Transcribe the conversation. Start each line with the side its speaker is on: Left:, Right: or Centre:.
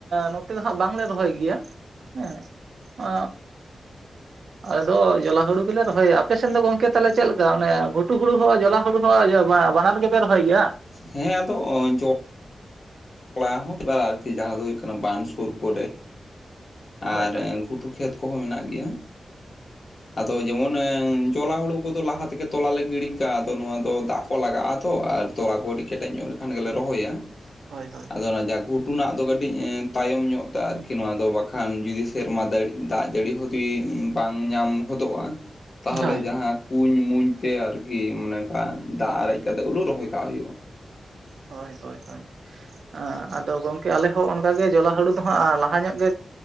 Right: ᱱᱚᱛᱮ ᱫᱚ ᱦᱟᱸᱜ ᱵᱟᱝᱞᱮ ᱨᱚᱦᱚᱭ ᱜᱮᱭᱟ ᱦᱮᱸ ᱚ ᱟᱞᱮ ᱫᱚ ᱡᱚᱞᱟ ᱦᱩᱲᱩ ᱜᱮᱞᱮ ᱨᱚᱦᱚᱭᱟ ᱟᱯᱮᱥᱮᱫ ᱫᱚ ᱜᱚᱝᱠᱮ ᱛᱟᱞᱮ ᱪᱮᱫ ᱞᱮᱠᱟ ᱚᱱᱮ ᱜᱷᱩᱴᱩ ᱦᱩᱲᱩ ᱦᱚᱸ ᱡᱚᱞᱟ ᱦᱩᱲᱩ ᱦᱚᱸ ᱵᱟᱱᱟᱨ ᱜᱮᱯᱮ ᱨᱚᱦᱚᱭ ᱜᱮᱭᱟ
Left: ᱦᱮᱸ ᱟᱫᱚ ᱡ ᱟᱨᱠᱤ ᱡᱟᱦᱟᱸ ᱫᱚ ᱦᱩᱭᱩᱜ ᱠᱟᱱᱟ ᱵᱟᱱᱫ ᱥᱩᱨ ᱠᱚ
Right: ᱦᱳᱭ
Left: ᱟᱨ
Right: ᱦᱳᱭ
Left: ᱜᱷᱩᱴᱩ ᱠᱷᱮᱛ ᱠᱚᱦᱚᱸ ᱢᱮᱱᱟᱜ ᱜᱮᱭᱟ ᱟᱫᱚ ᱡᱮᱢᱚᱱ ᱛᱚᱞᱟ ᱦᱩᱲᱩ ᱠᱚᱫᱚ ᱞᱟᱦᱟ ᱛᱮᱜᱮ ᱛᱚᱞᱟᱮ ᱜᱤᱰᱤ ᱠᱟᱜᱼᱟ ᱟᱫᱚ ᱱᱚᱣᱟ ᱫᱚ ᱫᱟᱜ ᱠᱚ ᱞᱟᱜᱟᱜᱼᱟ ᱛᱚ ᱟᱨ ᱛᱚᱞᱟ ᱠᱚ ᱟᱹᱰᱤ ᱠᱮᱴᱮᱡ ᱧᱚᱜ ᱞᱮ ᱟᱱ ᱜᱮᱞᱮ ᱨᱚᱦᱚᱭᱟ
Right: ᱦᱳᱭ ᱦᱳᱭ
Left: ᱟᱫᱚ ᱚᱱᱟ ᱡᱟ ᱜᱷᱩᱴᱩᱱᱟᱜ ᱫᱚ ᱠᱟᱹᱴᱤᱡ ᱮ ᱛᱟᱭᱚᱢ ᱧᱚᱜ ᱛᱮ ᱟᱨᱠᱤ ᱱᱚᱣᱟ ᱫᱚ ᱵᱟᱠᱷᱟᱱ ᱡᱩᱫᱤ ᱥᱮᱨᱢᱟ ᱫᱟᱲᱮᱜ ᱫᱟᱜ ᱡᱟᱹᱲᱤ ᱦᱩᱫᱤ ᱵᱟᱝ ᱧᱟᱢ ᱦᱚᱫᱚᱜᱼᱟ ᱛᱟᱦᱚᱞᱮ
Right: ᱦᱳᱭ
Left: ᱡᱟᱦᱟ ᱠᱩᱧ ᱢᱩᱧ ᱛᱮ ᱟᱨᱠᱤ ᱢᱚᱱᱮ ᱚᱱᱠᱟ ᱫᱟᱜ ᱟᱨᱮᱡ ᱠᱟᱛᱮ ᱦᱩᱲᱩ ᱨᱚᱦᱚᱭ ᱠᱟᱜ ᱦᱩᱭᱩᱜᱼᱟ
Right: ᱦᱳᱭ ᱦᱳᱭ ᱦᱳᱭ ᱟᱫᱚ ᱜᱚᱝᱠᱮ ᱟᱞᱮ ᱦᱚᱸ ᱚᱱᱠᱟᱜ ᱜᱮ ᱡᱚᱞᱟ ᱦᱩᱲᱩ ᱫᱚ ᱦᱟᱸᱜ ᱞᱟᱦᱟ ᱧᱚᱜ ᱜᱮ